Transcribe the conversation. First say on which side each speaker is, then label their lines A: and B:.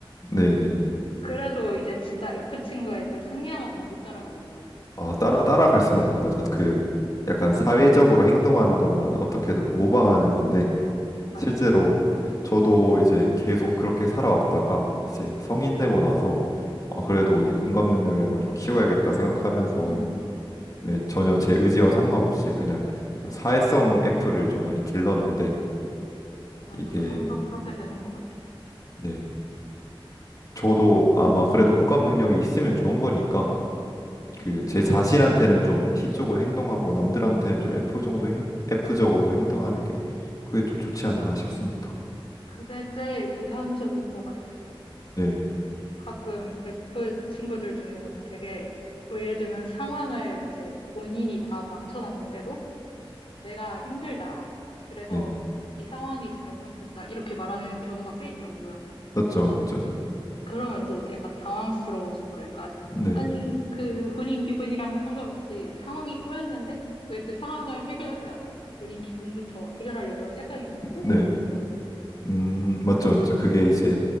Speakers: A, on the left; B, on the left.
A: 네네.
B: 그래도 이제 진짜 F친구의 그 상냥함은 못 따라가겠더라고요.
A: 아, 따라 따라갈 수는 없는 거죠. 그 약간 사회적으로 행동하는 것만 어떻게든 모방하는 건데
B: 맞아요.
A: 실제로 저도 이제 계속 그렇게 살아왔다가 이제 성인 되고 나서 아, 그래도 이 공감 능력이라는 걸 좀 키워야겠다 생각하면서
B: <laughs>
A: 네, 전혀 제 의지와 상관없이 그냥 좀 사회성 애플을 좀 많이 길렀는데
B: 맞아요.
A: 이게
B: 점점 그렇게 되는 것 같아요.
A: 네, 저도 아마 그래도 공감 능력이 있으면 좋은 거니까
B: 음,
A: 그 제 자신한테는 좀 T쪽으로 행동하고 남들한테는 좀 F 정도 행, F적으로 행동하는 게 그게 좀 좋지 않나 싶습니다.
B: 그게 제일 이상적인 것 같아요.
A: 네,
B: 가끔 F 친구들 중에서는 되게, 뭐 예를 들면 상황을 이제 본인이 다 망쳐놨는데도 내가 힘들다. 그래서
A: 네.
B: 이 상황이 잘못됐다. 이렇게 말하는 경우가 꽤 있더라고요.
A: 맞죠, 맞죠.
B: 그러면 또 약간 당황스러워져서 약간,
A: 네,
B: 아니, 그 본인 기분이랑 상관없이 상황이 꼬였는데, 왜 그 상황을 해결을 안 하고 본인 기분부터 해결하려고 그러지? 약간 그럴
A: 네.
B: 때가 있었어요.
A: 음, 맞죠, 맞죠. 그게 이제